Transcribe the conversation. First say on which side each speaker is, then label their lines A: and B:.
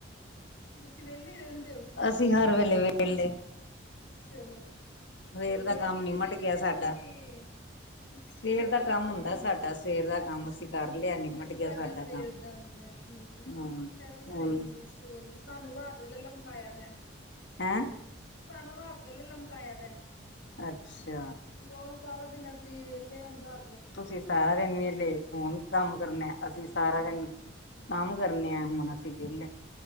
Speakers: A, on the left; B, on the left.
A: ਤੁਸੀਂ ਵੇਲੇ ਹੀ ਰਹਿੰਦੇ ਔ ਕਿ?
B: ਜੀ ਹਰ ਵੇਲੇ ਵੇਲੇ।
A: ਚਲੋ
B: ਸਵੇਰ
A: ਵੇਲੇ
B: ਦਾ ਕੰਮ
A: ਆ ਵੀ
B: ਨਿਮਟ
A: ਕਿਸੇ-ਕਿਸੇ
B: ਗਿਆ ਸਾਡਾ।
A: ਕੋਲ ਈ ਕਿਸੇ
B: ਸਵੇਰ
A: ਕੋਲ
B: ਦਾ
A: ਈ ਕੰਮ ਹੁੰਦਾ
B: ਸਾਡਾ ਸਵੇਰ ਦਾ
A: ਅੱਛਾ-ਅੱਛਾ
B: ਕੰਮ ਅਸੀਂ ਕਰ ਲਿਆ ਨਿਮਟ
A: ਤੁਹਾਡਾ
B: ਗਿਆ ਸਾਡਾ
A: ਸਵੇਰ
B: ਕੰਮ।
A: ਦਾ ਹੁੰਦਾ ਠੀਕ।
B: ਹੂੰ,
A: ਐ ਵੀ ਸਈ
B: ਹੁਣ
A: ਏ ਸਵੇਰ ਸਾਨੂੰ ਰਾਤ ਵੇਲੇ ਲਮਕਾਇਆ ਦੇ।
B: ਹੈ?
A: ਸਾਨੂੰ ਰਾਤ ਵੇਲੇ ਲਮਕਾਇਆ ਦਾ।
B: ਅੱਛਾ।
A: ਹੋਰ ਸਾਰਾ ਦਿਨ ਅਸੀਂ ਵੇਲੇ ਹੁੰਦਾ
B: ਤੁਸੀਂ ਸਾਰਾ ਦਿਨ ਵੇਲੇ ਫੋਨ ਕੰਮ ਕਰਨਾ ਅਸੀਂ ਸਾਰਾ ਦਿਨ
A: ਹਾਂ
B: ਕੰਮ ਕਰਨੇ ਆ ਹੁਨ ਅ ਸੀ ਵੇਲੇ।